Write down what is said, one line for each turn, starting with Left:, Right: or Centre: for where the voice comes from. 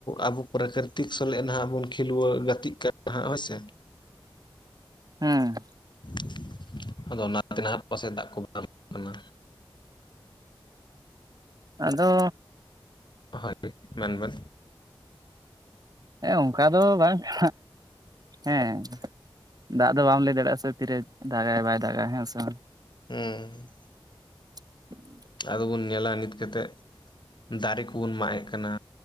Left: ᱟᱵᱚ ᱯᱨᱟᱠᱨᱤᱛᱤᱠ ᱥᱟᱞᱮ ᱱᱟᱦᱟᱜ ᱵᱚᱱ ᱠᱷᱮᱞ ᱜᱟᱛᱮᱜ ᱠᱟᱱᱟ ᱦᱳᱭᱥᱮ
Right: ᱦᱩᱸ
Left: <unintelligible> ᱟᱫᱚ ᱚᱱᱟᱛᱮ ᱱᱟᱦᱟᱜ ᱯᱟᱥᱮᱡ ᱫᱟᱜ ᱠᱚ ᱵᱟᱝ ᱠᱟᱱᱟ
Right: ᱟᱫᱚ
Left: ᱦᱚᱭ ᱢᱮᱱᱵᱤᱱ
Right: ᱦᱮᱸ ᱚᱱᱠᱟ ᱫᱚ ᱵᱟᱝᱟ ᱦᱮᱸ ᱫᱟᱜ ᱫᱚ ᱵᱟᱢ ᱞᱟᱹᱭ ᱫᱟᱲᱮᱭᱟᱜᱼᱟ ᱥᱮ ᱛᱤᱨᱮ ᱫᱟᱜ ᱟᱭ ᱵᱟᱭ ᱫᱟᱜ ᱟ ᱦᱮᱸ ᱥᱮ
Left: ᱦᱮᱸ
Right: <unintelligible>
Left: ᱟᱫ ᱵᱩᱱ ᱧᱮᱞᱟ ᱱᱤᱛ ᱠᱟᱛᱮᱜ ᱫᱟᱨᱮ ᱠᱚᱵᱩᱱ ᱢᱟᱜ ᱮᱫ ᱠᱟᱱᱟ